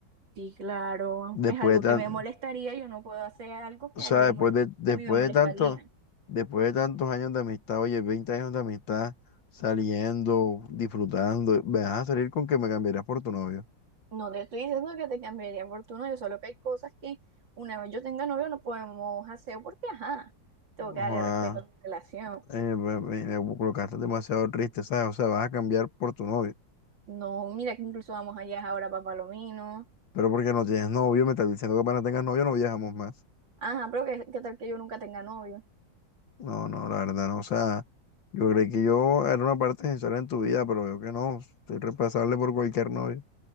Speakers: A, on the right (about 80°); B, on the left (about 85°).
A: Sí, claro,
B: Después
A: es algo
B: de
A: que
B: tan,
A: me molestaría, yo no puedo hacer algo
B: o
A: que
B: sea,
A: a él le
B: después
A: moleste,
B: de, después
A: a mí me molestaría.
B: de tanto, después de tantos años de amistad, oye, 20 años de amistad, saliendo, disfrutando, me vas a salir con que me cambiarías por tu novio.
A: No te estoy diciendo que te cambiaría por tu novio, solo que hay cosas que una vez yo tenga novio no podemos hacer porque, ajá, tengo
B: No,
A: que darle respeto a mi relación.
B: eh, me- me- me colocaste demasiado triste, ¿sabes? O sea, vas a cambiar por tu novio.
A: No, mira que incluso vamos allá ahora para Palomino.
B: Pero porque no tienes novio, me estás diciendo que apenas tengas novio no viajamos más.
A: Ajá, pero ¿qué, qué tal que yo nunca tenga novio?
B: No, no, la verdad no. O sea, yo creí que yo era una parte esencial en tu vida, pero veo que no. Soy reemplazable por cualquier novio.